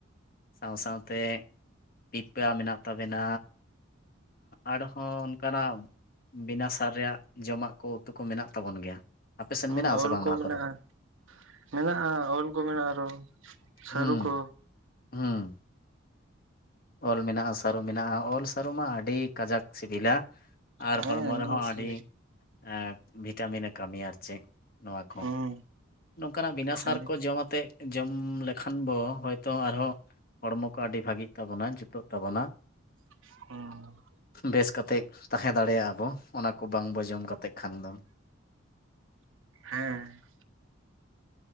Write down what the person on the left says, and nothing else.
ᱥᱟᱶ ᱥᱟᱶᱛᱮᱼᱼ ᱯᱤᱯᱟ ᱢᱮᱱᱟᱜ ᱛᱟᱵᱮᱱᱟ ᱟᱨᱦᱚᱸ ᱚᱱᱠᱟ ᱱᱟᱜᱼᱼ ᱵᱤᱱᱟ ᱥᱟᱨ ᱨᱮᱭᱟᱜ ᱡᱚᱢᱟᱜ ᱠᱚ ᱩᱛᱩ ᱠᱚ ᱢᱮᱱᱟᱜ ᱛᱟᱵᱚᱱ ᱜᱮᱭᱟ᱾ ᱟᱯᱮᱥᱮᱫ
ᱢᱮᱱᱟᱜ ᱟᱥᱮ
ᱵᱟᱝ
ᱱᱚᱣᱟ
ᱠᱚᱫᱚ
ᱦᱩᱸ
ᱦᱩᱸ᱾ ᱚᱞ ᱢᱮᱱᱟᱜ-ᱟ ᱥᱟᱹᱨᱩ ᱢᱮᱱᱟᱜ-ᱟ ᱳᱞ ᱥᱟᱹᱨᱩ ᱢᱟ ᱟᱹᱰᱤ ᱠᱟᱡᱟᱠ ᱥᱤᱵᱤᱞᱟ᱾ ᱟᱨ
ᱦᱚᱲᱢᱚ
ᱨᱮᱦᱚᱸ ᱟᱰᱤ
ᱮᱸ ᱵᱷᱤᱴᱟᱢᱤᱱᱮ ᱠᱟᱹᱢᱤᱭᱟ ᱟᱨ ᱪᱮᱜ ᱱᱚᱣᱟ ᱠᱚ᱾
ᱱᱚᱝᱠᱟ ᱱᱟᱜ ᱵᱤᱱᱟᱹᱥᱟᱨ
ᱠᱚ ᱡᱚᱢ ᱟᱛᱮᱜ ᱡᱚᱢ ᱞᱮᱠᱷᱟᱱ ᱵᱚ ᱦᱚᱭᱛᱚ ᱟᱨᱦᱚᱸᱼᱼ ᱦᱚᱲᱢᱚ ᱠᱚ ᱟᱰᱤ ᱵᱷᱟᱜᱤᱜ ᱛᱟᱵᱚᱱᱟ ᱡᱩᱛᱚᱜ ᱛᱟᱵᱚᱱᱟ᱾
ᱵᱮᱥ ᱠᱟᱛᱮᱜ ᱛᱟᱦᱮᱸ ᱫᱟᱲᱮᱭᱟᱜ-ᱟᱵᱚ ᱚᱱᱟ ᱠᱚ ᱵᱟᱝ ᱵᱚ ᱡᱚᱢ ᱠᱟᱛᱮᱜ ᱠᱷᱟᱱ ᱫᱚ᱾